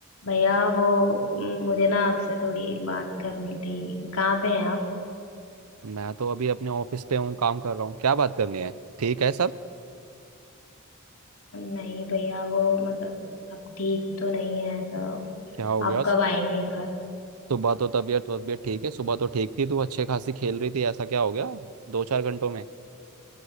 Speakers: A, on the left (about 65°); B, on the right (about 80°).
A: भैया वो म, मुझे ना आपसे थोड़ी बात करनी थी कहाँ पे हैं आप
B: मैं तो अभी अपने ऑफिस पे हूँ काम कर रहा हूँ क्या बात करनी है ठीक है सब
A: नहीं भैया वो मतलब अब ठीक तो नहीं है ऐसा
B: क्या हो गया
A: आप कब आएंगे घर
B: सुबह तो तबीयत तबीयत ठीक है सुबह तो ठीक थी तू अच्छे खासी खेल रही थी ऐसा क्या हो गया दो चार घंटों में